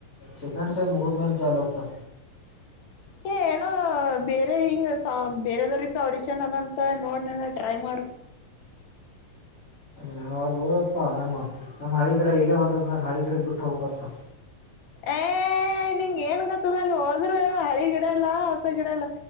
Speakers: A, on the left; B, on the left.
A: ಸೆಕೆಂಡ್ ಸ ಮುಗುದ ಮೇಲ್ ಚಾಲತ. ಕತ <inaudible>
B: ಏ ಏನೋ ಬೇರೆ ಹಿಂಗ ಬೇರೆದವ್ರ ಅಡಿಚನ್ ಅದಂತ ನೋಡ ಟ್ರೈ ಮಾಡು.
A: ನಾವವು ಅಲ್ಲಿ ಹೋಯಪ್ಪ ನಮ್ಮ ನಮ್ಮ ಹಳಿ ಕಡೆ ಈಗ ಬಂದದ ನಂಗೆ ಹಳಿಗಡೆಗೆ ಬಿಟ್ಟು ಹೋಗ್ಬೇಕತ್ತ.
B: ಏ ನಿಂಗ ಏನ್ ಗೊತ್ತದ ಅಲ್ಲಿ ಹೋದ್ರರು ಹಳಿ ಗಿಡ ಎಲ್ಲಾ ಹಸ ಗಿಡ ಎಲ್ಲ.